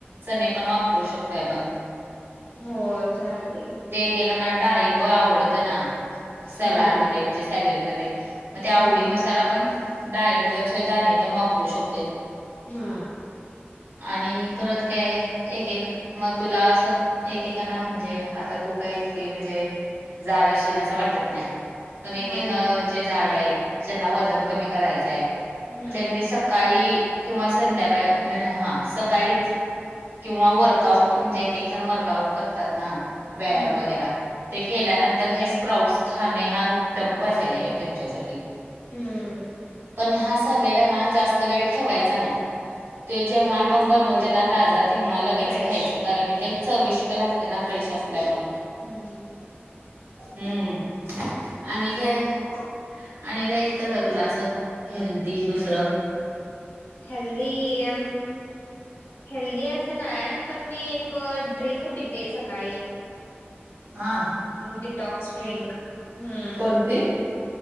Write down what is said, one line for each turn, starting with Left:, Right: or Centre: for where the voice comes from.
Right: चणे पण वापरू शकतोय आपण.
Left: होय चालते की.
Right: एक एकाना डाळिंब आवडतं ना. सलाड
Left: हम्म
Right: म म्हणजे सलेड मध्ये. मग ते आवडीनुसार
Left: हम्म
Right: आपण डाळिंबचे दाणे पण वापरू शकतोय.
Left: ह.
Right: आणि परत काय एक एक मग तुला असं एकेकांना म्हणजे, आता तू काय इतके म्हणजे जाड असेल असं वाटत नाय. पण एकेएक
Left: नाही नाही
Right: जे जाड आहेत. ज्यांना वजन कमी करायचंय.
Left: हम्म
Right: त्यांनी सकाळी किंवा संध्याकाळ म्हण हा सकाळीच. किंवा वर्कआउट. म्हणजे एक एक जण वर्कआउट करतात ना. व्यायाम
Left: हम्म
Right: वगैरा. ते केल्यानंतर हे स्प्राउट्स खाणे हा उ उत्तम पर्याये त्यांच्यासाठी.
Left: हम्म
Right: पण हा सालेडेना जास्त वेळ ठेवायचा नाही. ते जेव्हा
Left: लगेच
Right: आपण बनवते
Left: खाऊन घ्यायच
Right: ना ताजा. तेव्हा लगेच
Left: फ्रेश
Right: खायचं. कारण की ते चविष्ट लागते ना फ्रेश असल्यामुळ.
Left: हम्म.
Right: हम्म, आणि काय? आणि काय येतं का तुला असं? हेल्दी दुसरं?
Left: हल्दी अम हेल्दी असं नाय. पण मी एक ड्रिंक पिते सकाळी.
Right: हा.
Left: Detox drink. हम्म.
Right: कोणती?